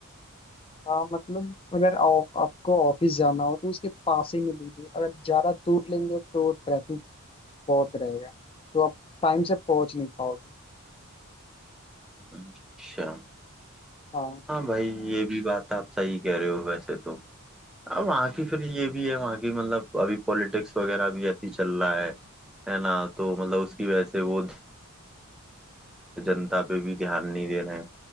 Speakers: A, on the left (about 25°); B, in the centre.
A: हाँ मतलब अगर ऑ- आपको ऑफिस जाना हो तो उसके पास ही में लीजिए अगर ज्यादा दूर लेंगे तो ट्रैफिक बहुत रहेगा तो आप टाइम से पहुंच नहीं पाओगे
B: अच्छा
A: हाँ
B: हाँ भाई ये भी बात आप सही कह रहे हो वैसे तो अब वहाँ की फिर ये भी है वहाँ की मतलब अभी पॉलिटिक्स वगैरह भी ऐसी चल रहा है है ना तो मतलब उसकी वजह से वो जनता पे भी ध्यान नहीं दे रहे हैं